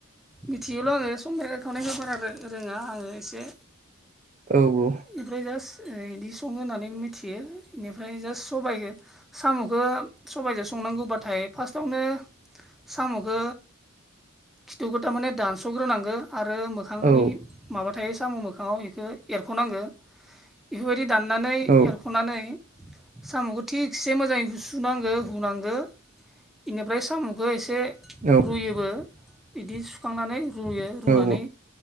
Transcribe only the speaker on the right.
औ औ
औ
औ
औ
औ